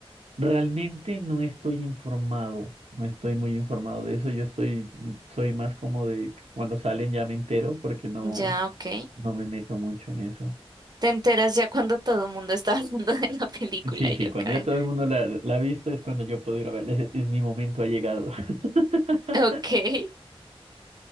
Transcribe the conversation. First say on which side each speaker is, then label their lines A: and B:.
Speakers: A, on the right; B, on the right.
A: Realmente no estoy informado, no estoy muy informado de eso, yo estoy, soy más como de cuando salen ya me entero porque no,
B: Ya, ok.
A: no me meto mucho en eso.
B: Te enteras ya cuando todo el mundo está <laughs> hablando de la película,
A: Sí,
B: yo
A: sí, cuando
B: creo.
A: ya todo el mundo la, la ha visto es cuando yo puedo ir a verle, es es mi momento ha llegado. <laughs>
B: Ok.